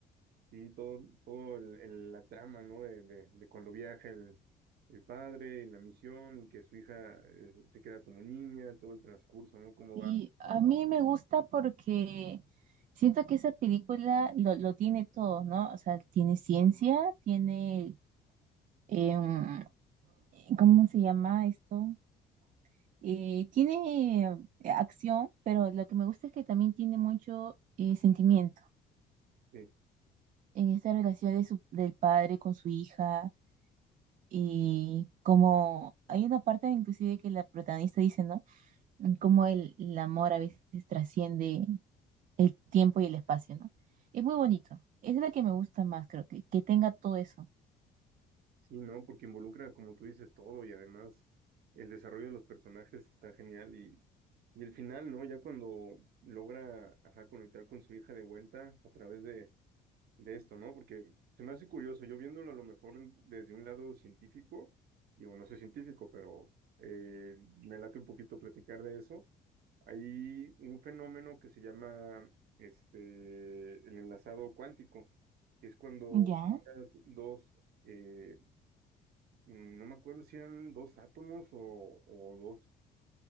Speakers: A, on the right; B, on the right.
A: Y todo, todo el- el- la trama, ¿no? De, de- de cuando viaja el, el padre y la misión, y que su hija eh, se queda como niña, todo el transcurso, ¿no? Cómo
B: Y
A: va.
B: a mí me gusta porque siento que esa película lo, lo tiene todo, ¿no? O sea, tiene ciencia, tiene, em, ¿cómo se llama esto? Eh, tiene eh, acción, pero lo que me gusta es que también tiene mucho eh, sentimiento
A: Sí,
B: en esta relación de su, del padre con su hija. Y como hay una parte inclusive que la protagonista dice, ¿no? Como el, el amor a veces trasciende el tiempo y el espacio, ¿no? Es muy bonito. Es la que me gusta más, creo que, que tenga todo eso.
A: sí, ¿no? Porque involucra, como tú dices, todo y además el desarrollo de los personajes está genial y, y el final, ¿no? Ya cuando logra, ajá, conectar con su hija de vuelta a través de, de esto, ¿no? Porque se me hace curioso, yo viéndolo a lo mejor desde un lado científico, digo, no soy científico, pero eh, me late un poquito platicar de eso. Hay un fenómeno que se llama este, el enlazado cuántico, que es cuando
B: Ya,
A: juntas dos, eh, no me acuerdo si eran dos átomos o, o dos.